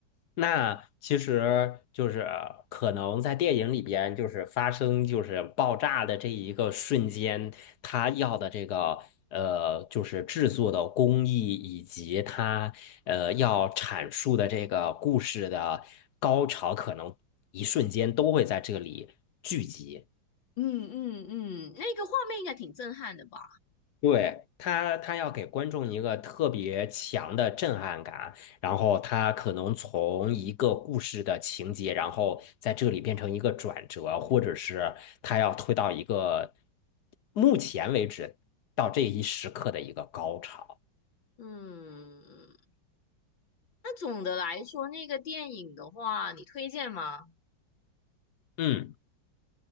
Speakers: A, on the left (about 65°); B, on the left (about 80°).
A: 那其实就是可能在电影里边，就是发生就是爆炸的这一个瞬间，他要的这个呃，就是制作的工艺以及他呃要阐述的这个故事的高潮，可能一瞬间都会在这里聚集。
B: 嗯嗯嗯，那个画面应该挺震撼的吧。
A: 对，他，他要给观众一个特别强的震撼感，然后他可能从一个故事的情节，然后在这里变成一个转折，或者是他要推到一个目前为止到这一时刻的一个高潮。
B: 嗯，那总的来说，那个电影的话，你推荐吗？
A: 嗯。